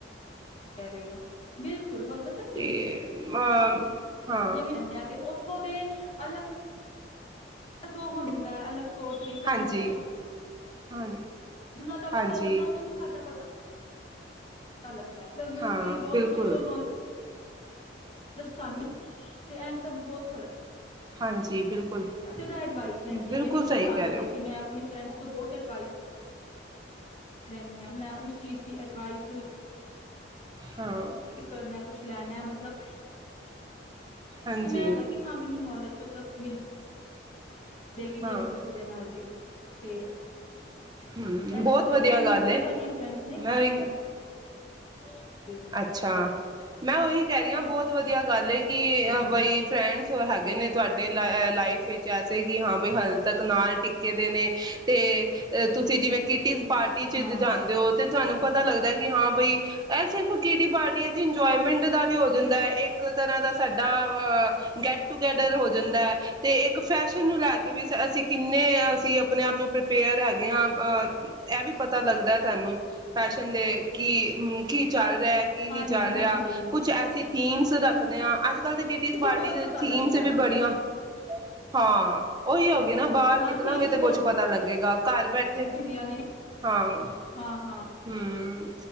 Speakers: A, on the left (about 30°); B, on the right (about 20°).
A: ਕਰ ਹੋ ਬਿਲਕੁਲ ਕੁੂਲ ਹੋਰਪਤਾ ਕੀ
B: ਤੇ ਅ ਹਾਂ
A: ਜਿਵੇਂ ਜਾਂਦੇ ਆ, ਤੇ ਉੱਥੋਂ ਦੇ ਅਲ ਅਲੱਗ ਉਹ ਹੁੰਦਾ ਹੈ, ਅਲੱਗ ਤੌਰ ਤਰੀਕਾ
B: ਹਾਂਜੀ
A: ਹੁੰਦਾ ਹੈ।
B: ਹਾਂ
A: ਜਨਾਂ ਦਾ
B: ਹਾਂਜੀ
A: ਪਤਾ ਲੱਗਦਾ, ਉਹਨਾ ਨੂੰ ਸਾਡਾ ਪਤ ਪਲਕ <unintelligible> ਮਤਲਬ
B: ਹਾਂ
A: ਕਿ ਬਹੁਤ
B: ਬਿਲਕੁਲ
A: ਕੁਛ, ਜੋ ਨੌਲੇਜ ਸਾਨੂੰ, ਤੇ ਐ ਸਭ ਬਹੁਤ ਫ਼ਰਕ
B: ਹਾਂਜੀ ਬਿਲਕੁਲ
A: ਜਦੋਂ ਐਡਵਾਈਸ ਲੈਂਦੀ
B: ਬਿਲਕੁਲ
A: ਆ, ਮੇਰੀ ਬਹੁਤ
B: ਸਹੀ ਕਹਿ
A: ਆਦਤ
B: ਰਹੇ ਹੋ
A: ਹੈ, ਕਿ ਮੈਂ ਆਪ ਫਰੈਂਡਸ ਤੋਂ ਬਹੁਤ ਐਡਵਾਈਸ ਲੈਂਦੀ ਹਾਂ, ਮੈਂ ਉਸ ਚੀਜ਼ ਦੀ ਅਡਵਾਈਸ
B: ਹਾਂ
A: ਇਸ ਕਰ ਕੁਛ ਲੈਣਾ ਹੈ ਮਤਲਬ
B: ਹਾਂਜੀ
A: ਕਿ ਮੈਂ ਇਦਾ, ਕਿ ਹਾਂ, ਮੈਨੂੰ ਨੌਲੇਜ ਮਤਲਬ ਮਿਲ ਦੇਗੀ
B: ਹਾਂ
A: ਜਿਵੇਂ ਕਿਸੇ ਦੇ ਨਾਲ ਤੇ ਤੇ
B: ਹਮ
A: ਇਹ
B: ਬਹੁਤ
A: ਸਭ ਚ
B: ਵਧੀਆ
A: ਹੈ ਨੇ
B: ਗੱਲ
A: ਬਹੁਤ
B: ਏ,
A: ਸਾਰੀਆਂ ਫਰੈਂਡਸ ਨੇ
B: ਮੈਂ ਉਹੀ ਕ
A: <inaudible>
B: ਅੱਛਾ ਮੈਂ ਉਹੀ ਕਹਿ ਰਹੀ ਹਾਂ, ਬਹੁਤ ਵਧੀਆ ਗੱਲ ਏ ਕਿ
A: ਜੀ ਹਾਂਜੀ
B: ਬਈ ਫਰੈਂਡਸ ਹੈਗੇ ਨੇ ਤੁਹਾਡੇ ਲ ਲਾਈਫ ਵਿੱਚ ਐਸੇ ਕਿ ਹਾਂ ਵੀ ਹਲੇ ਤੱਕ ਨਾਲ ਟਿੱਕੇ ਦੇ ਨੇ ਤੇ ਅ ਤੁਸੀਂ ਜਿਵੇਂ ਕਿਟੀਜ਼ ਪਾਰਟੀ ਚ
A: ਹਾਂ
B: ਜਾਂਦੇ ਹੋ ਤੇ, ਤੁਹਾਨੂੰ ਪਤਾ ਲੱਗਦਾ ਕਿ ਹਾਂ ਬਈ, ਇਹ ਸਿਰਫ ਕਿਟੀ ਪਾਰਟੀ ਅਸੀ ਇੰਜੋਮੈਂਟ ਪਿੰਡ ਦਾ ਵੀ ਹੋ ਦਿੰਦਾ ਹੈ, ਇੱਕ ਤਰ੍ਹਾਂ ਦਾ ਸਾਡਾ ਅ ਗੈਟ ਟੂਗੇਦਰ ਹੋ ਜਾਂਦਾ ਹੈ ਤੇ ਇੱਕ ਫੈਸ਼ਨ ਨੂੰ ਲੈ ਕੇ ਵੀ ਅਸੀਂ ਕਿੰਨੇ ਸੀ ਐਫ ਆਪਣੇ ਆਪ ਨੂੰ ਪ੍ਰੀਪੇਅਰ ਹੈਗੇ ਆ, ਇਹ ਵੀ ਪਤਾ ਲੱਗਦਾ ਸਾਨੂੰ ਪੈਸ਼ਨ ਦੇ ਕੀ, ਕੀ ਟਰੈਕ ਈ ਨਹੀਂ
A: ਹਾਂਜੀ
B: ਚੱਲ ਰਿਹਾ
A: ਹਾਂਜੀ
B: ਕੁਛ ਐਸੀ ਥੀਮਸ ਰੱਖਦੇ ਹਾਂ ਅ ਅੱਜ ਕੱਲ੍ਹ ਤੇ ਕੀਟੀ
A: ਕੇ
B: ਪਾਰਟੀ
A: ਬਹੁਤ
B: ਦੇ
A: ਪਤਾ
B: ਥੀਮਸ
A: ਲੱਗਦਾ
B: ਵੀ
A: ਹੈ
B: ਬੜੀਆਂ ਹਾਂ ਉਹੀ ਹੋ ਗਏ ਨਾ, ਬਾਹਰ
A: ਹਾਂ
B: ਨਿਕਲਾਂਗੇ
A: ਥੀਮਸ
B: ਤੇ ਕੁੱਛ
A: ਬਹੁਤ
B: ਪਤਾ ਲੱਗੇਗਾ ਘਰ ਬੈਠੇ,
A: ਹੁੰਦੀਆਂ ਨੇ
B: ਹਾਂ
A: ਹਾਂ ਹਾਂ
B: ਹਮ